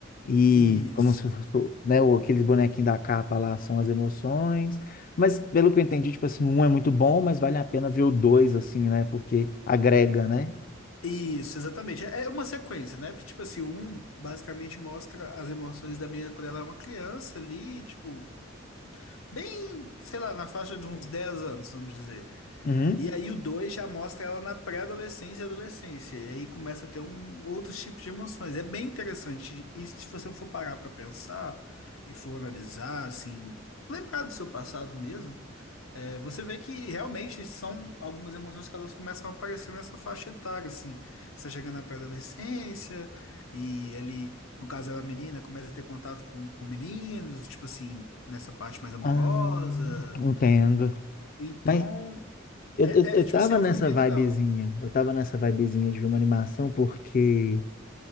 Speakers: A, on the left; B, on the left.
A: E
B: Isso.
A: como se fosse, né, o- aqueles bonequinhos da capa lá são as emoções, mas pelo que eu entendi, tipo assim, um é muito bom, mas vale a pena ver o dois, assim, né? Porque agrega, né?
B: Isso, exatamente. É é uma sequência, né? Porque, Tipo assim, o um basicamente mostra as emoções da menina quando ela é uma criança ali, tipo. Bem, sei lá, na faixa de uns 10 anos, vamos dizer.
A: Uhum.
B: E aí o 2 já mostra ela na pré-adolescência e adolescência. E aí começa a ter um, outros tipos de emoções. É bem interessante. E se você for parar pra pensar e for analisar, assim, lembrar do seu passado mesmo, é, você vê que realmente são algumas emoções que elas começam a aparecer nessa faixa etária, assim. Você tá chegando na pré-adolescência, e ele, no caso ela é menina, começa a ter contato com, com meninos, tipo assim, nessa parte mais amorosa.
A: Ah, entendo.
B: Então,
A: Mas eu,
B: é,
A: eu,
B: é-
A: eu
B: é, tipo
A: tava
B: assim, é
A: nessa
B: um filme bem
A: vibezinha,
B: legal.
A: eu tava nessa vibezinha de ver uma animação porque